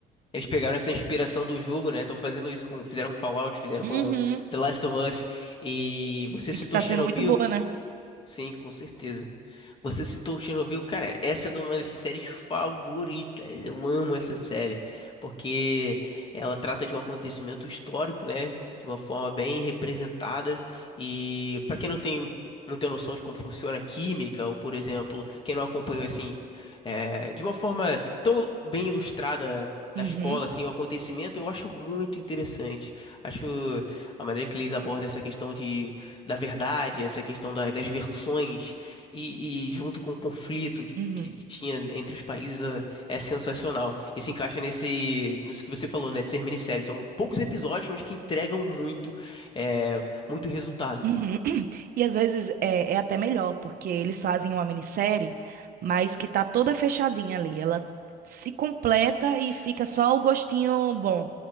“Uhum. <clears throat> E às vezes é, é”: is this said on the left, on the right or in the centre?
Right